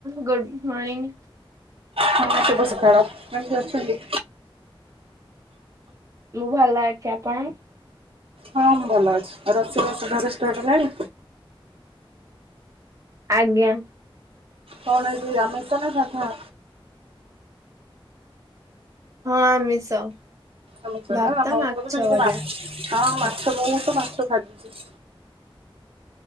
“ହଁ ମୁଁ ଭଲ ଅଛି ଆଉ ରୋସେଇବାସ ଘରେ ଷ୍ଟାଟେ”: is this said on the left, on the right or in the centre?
Right